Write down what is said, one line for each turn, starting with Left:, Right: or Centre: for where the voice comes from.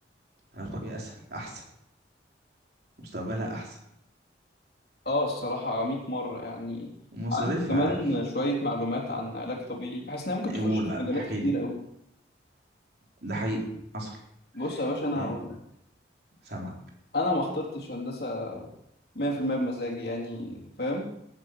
Right: علاقة طبيعية أسهل أحسن مستقبلها أحسن
Left: اه الصراحه 100 مره يعني
Right: ومصاريفها
Left: عندي كمان
Right: أقل
Left: شويه معلومات عن علاج طبيعي بحس انها ممكن
Right: إيه
Left: تخش
Right: قول
Left: في
Right: بقى
Left: مجالات
Right: احكيلي
Left: كتير قوي
Right: ده حقيقي حصل
Left: بص يا باشا انا
Right: إيه
Left: هقول
Right: سامع
Left: انا ما اخترتش هندسه 100% بمزاجي يعني فاهم